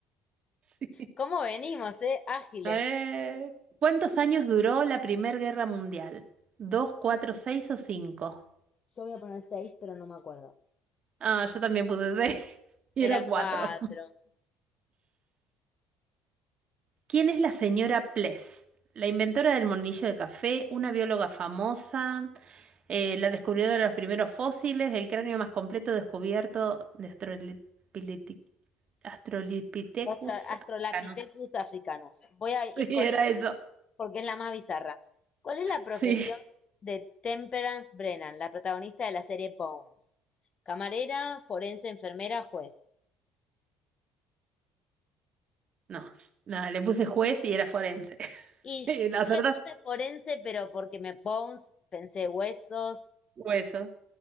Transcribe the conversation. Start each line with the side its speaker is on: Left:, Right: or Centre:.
Right: <laughs> sí.
Left: ¿Cómo venimos, eh? Ágiles.
Right: A ¿cuántos años duró la Primera Guerra Mundial? ¿Dos, cuatro, seis o cinco?
Left: Yo voy a poner seis, pero no me acuerdo.
Right: Ah, yo también puse seis. <laughs> Y
Left: Era
Right: era cuatro.
Left: cuatro.
Right: ¿Quién es la señora Pless? La inventora del monillo de café, una bióloga famosa, eh, la descubridora de los primeros fósiles, el cráneo más completo descubierto de Astrolipiliti- Australopithecus
Left: Ostro- Australopithecus
Right: africanus. <laughs>
Left: africanus. Voy a ir
Right: Sí,
Left: con
Right: era
Left: eso
Right: eso.
Left: porque es la más bizarra. ¿Cuál es la profesión
Right: Sí.
Left: de Temperance Brennan, la protagonista de la serie Bones? Camarera, forense, enfermera, juez.
Right: No, s- no, le puse juez y era forense. <laughs>
Left: Y sh-
Right: Y no acertaste
Left: yo le puse forense, pero porque me Bones, pensé huesos.
Right: hueso.